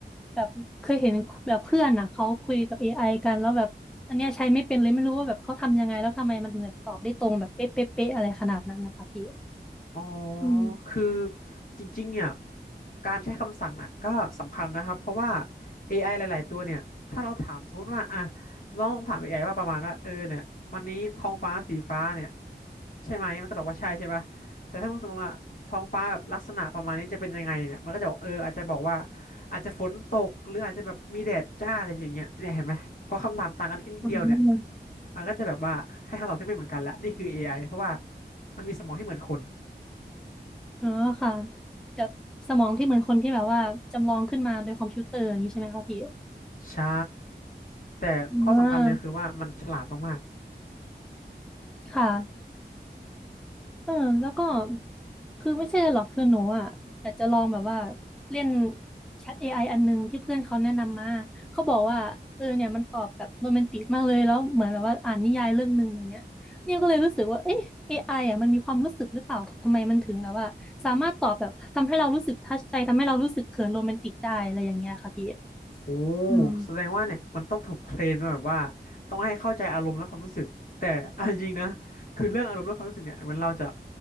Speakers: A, in the centre; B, on the left.
A: แบบเคยเห็นแบบเพื่อนอ่ะเขาคุยกับ AI กันแล้วแบบอันเนี้ยใช้ไม่เป็นเลยไม่รู้ว่าแบบเขาทำยังไงแล้วทำไมมันถึงแบบตอบได้ตรงแบบเป๊ะเป๊ะเป๊ะอะไรขนาดนั้นนะคะพี่
B: อ๋อ
A: อืม
B: คือจริงๆเนี่ย การใช้คำสั่งน่ะก็สำคัญนะครับ เพราะว่า AI หลายๆตัวเนี่ย ถ้าเราถามสมมติว่าอ่ะลองถาม AI ว่าประมาณว่าเออเนี่ยวันนี้ท้องฟ้าสีฟ้าเนี่ยใช่ไหมมันก็ตอบว่าใช่ใช่ปะแต่ถ้าสมมติว่าท้องฟ้าแบบลักษณะประมาณนี้จะเป็นยังไงเนี่ยมันก็จะบอกเอออาจจะบอกว่าอาจจะฝนตกหรืออาจจะแบบมีแดดจ้าอะไรอย่างเงี้ยเนี่ยเห็นไหมพอคำถามต่างกันแค่นิดเดียวเนี่ย
A: อืม
B: มันก็จะแบบว่าให้คำตอบที่ไม่เหมือนกันละนี่คือ AI เพราะว่ามันมีสมองที่เหมือนคน
A: อ๋อค่ะแบบสมองที่เหมือนคนที่แบบว่าจำลองขึ้นมาโดยคอมพิวเตอร์อย่างนี้ใช่ไหมคะพี่
B: ใช่แต่ข้อสำคัญเลยคือว่ามันฉลาดมาก
A: อ่าค่ะ เออแล้วก็คือไม่ใช่เลยหรอกคือหนูอ่ะอยากจะลองแบบว่าเล่นแชทเอไออันหนึงที่เพื่อนเขาแนะนำมาเขาบอกว่าเออเนี่ยมันตอบแบบโรแมนติกมากเลยแล้วเหมือนแบบว่าอ่านนิยายเรื่องหนึ่งอย่างเงี้ยเนี่ยก็เลยรู้สึกว่าเอ๊ะ i อไออ่ะมันมีความรู้สึกหรือเปล่าทำไมมันถึงแบบว่าสามารถตอบแบบทำให้เรารู้สึกทัชใจทำให้เรารู้สึกเขินโรแมนติกได้อะไรอย่างเงี้ยค่ะพี่
B: ๆโอ้
A: อืม
B: แสดงว่าเนี่ยมันต้องถูกเทรนมาแบบว่าต้องให้เข้าใจอารมณ์และความรู้สึกแต่เอาจริงๆนะคือเรื่องอารมณ์และความรู้สึกเนี่ยมันเราจะ